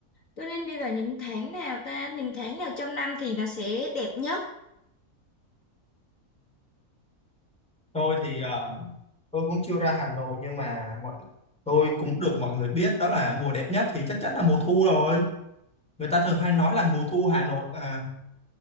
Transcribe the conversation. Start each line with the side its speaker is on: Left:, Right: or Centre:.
Left: Tôi nên đi vào những tháng nào ta? Những tháng nào trong năm thì nó sẽ đẹp nhất?
Centre: tôi thì ờ, tôi cũng chưa ra Hà Nội nhưng mà mọi tôi cũng được mọi người biết đó là mùa đẹp nhất thì chắc chắn là mùa thu rồi người ta thường hay nói là mùa thu Hà Nội mà